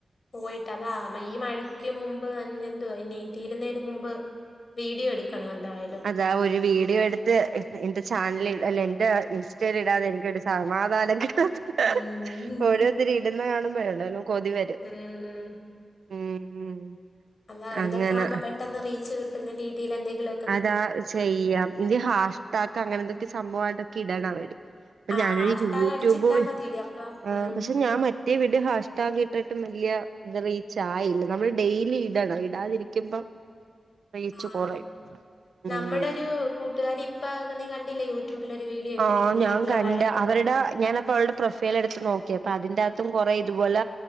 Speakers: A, on the left; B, on the right.
A: പോയിട്ട് അതാ ഈ മഴയ്ക്ക് മുമ്പ് എന് എന്തുവാ ഇനി തീരുന്നതിന് മുമ്പ് വീഡിയോ എടുക്കണം എന്തായാലും
B: അതാ ഒരു വീഡിയോ എടുത്ത് എന്റെ ചാനലിൽ അല്ല എന്റെ ഇൻസ്റ്റ ലിൽ ഇടാതെ എനിക്കൊരു സമാധാനം കിട്ടത്തില്ല
A: ഉം
B: ഓരോ ത്തര് ഇടുന്ന കാണുമ്പള്ണ്ടല്ലോ കൊതി വരും
A: ഉം ഉം
B: ഉം
A: അല്ല
B: അങ്ങനെ
A: ഇതൊക്കെ ആവുമ്പൊ പെട്ടെന്ന് റീച്ച് കിട്ടുന്ന രീതിയില് എന്തെങ്കിലും
B: അതാ ചെയ്യാം ഇത് ഹാഷ്ടാക്ക് അങ്ങനെ എന്തൊക്കെ സംഭവമായിട്ടൊക്കെ ഇടണം അപ്പ
A: ആഹ്
B: ഞാനൊരു
A: ഹാഷ്ടാഗ്
B: യൂട്യൂബ്
A: അടിച്ചിട്ടാ മതിയടി അപ്പം
B: ആ
A: ഉം
B: പക്ഷെ ഞാൻ മ റ്റേ വീഡിയോ ഹാഷ് ടാഗിട്ടിട്ടും വലിയ ഇത് റീച്ച് ആയില്ല നമ്മള് ഡെയിലി ഇടണം ഇടാതിരിക്കുമ്പോ റീച്ച്
A: ആഹ്
B: കുറയും ഉം
A: നമ്മുടെ ഒരു കൂട്ടുകാരി ഇപ്പ നീ കണ്ടില്ലേ യൂട്യൂബില് ഒരു വീഡിയോ ഇട്ടിരിക്കുന്ന
B: ആ ഞാൻ
A: വീട്ടിലെ
B: കണ്ട്
A: വഴക്ക്
B: അവരുടെ ഞാനപ്പം പ്പ അവളുടെ പ്രൊഫൈൽ എടുത്ത് നോക്കി അപ്പ അതിന്റെകത്തും കുറേ ഇതുപോല